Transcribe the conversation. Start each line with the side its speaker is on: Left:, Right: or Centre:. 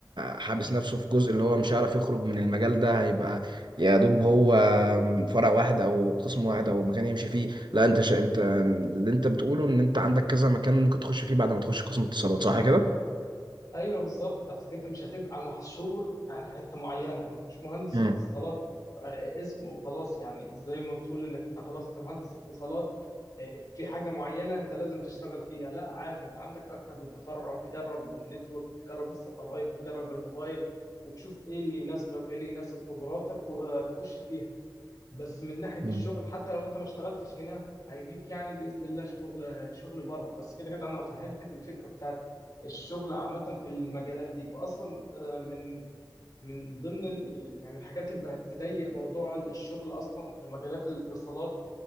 Right: حابس نفسه في جزء اللي هو مش هيعرف يخرج من المجال ده هيبقى يا دوب هو فرع واحد او قسم واحد او مكان يمشي فيه لا انت شا... انت اللي انت بتقوله ان انت عندك كذا مكان ممكن تخش فيه بعد ما تخش قسم اتصالات صح كده؟
Left: ايوه بالظبط اصلك انت مش هتبقى محشور يعني حته معينه انت مش مهندس
Right: مم.
Left: اتصالات آه، اسم وخلاص يعني زي ما بتقول انك انت خلاص انت مهندس اتصالات آه، في حاجه معينه انت لازم تشتغل فيها لا عادي انت عندك اكتر من تفرع تجرب النتورك تجرب الساتلايت تجرب الموبايل وتشوف ايه اللي يناسبك ايه اللي يناسب قدراتك وتخش فيها بس من ناحية
Right: مم.
Left: الشغل حتى لو انت ما اشتغلتش هنا هيجيك يعني بإذن الله شغل شغل بره بس كده كده انا فهمتك الفكرة بتاعت الشغل عامة في المجالات دي واصلا آه، من من ضمن ال- يعني الحاجات اللي بقت تضيق موضوع الشغل اصلا في مجالات الاتصالات